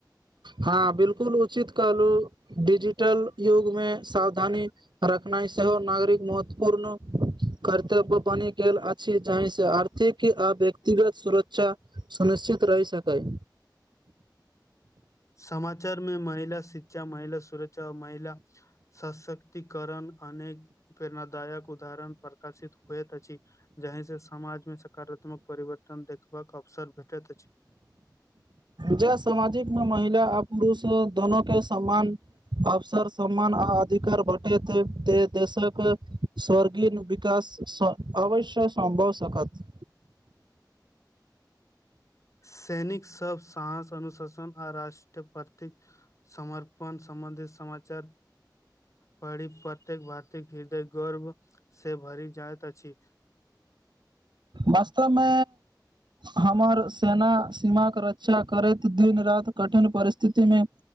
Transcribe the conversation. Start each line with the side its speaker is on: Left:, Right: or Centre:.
Right: हँ, बिलकुल उचित कहलू, डिजिटल युग में सावधानी रखनाइ सेहो नागरिक महत्वपूर्ण कर्तव्य बनि गेल अछि, जहिसँ आर्थिक आ व्यक्तिगत सुरक्षा सुनिश्चित रहि सकय।
Left: समाचार में महिला शिक्षा, महिला सुरक्षा आओर महिला सशक्तिकरण अनेक प्रेरणादायक उदाहरण प्रकाशित होइत अछि। जही से समाज मे सकारात्मक परिवर्तन देखबाक अवसर भेटैत अछि।
Right: ज सामाजिक में महिला आ पुरुष दोनो के सम्मान अवसर सम्मान आ अधिकार भटेत ते देशक स्वर्गीयनु विकास अवश्य सम्भव सकत।
Left: सैनिक सब साहस- अनुशासन आ राष्ट्र प्रति समर्पण सम्बन्धित समाचार पढ़ी प्रत्येक भारती हृदय गर्व से भरि जाइत अछि।
Right: वास्तव में। हमर सेना सीम के रक्षा करैत, दिन -राति कठिन परिस्थिति मे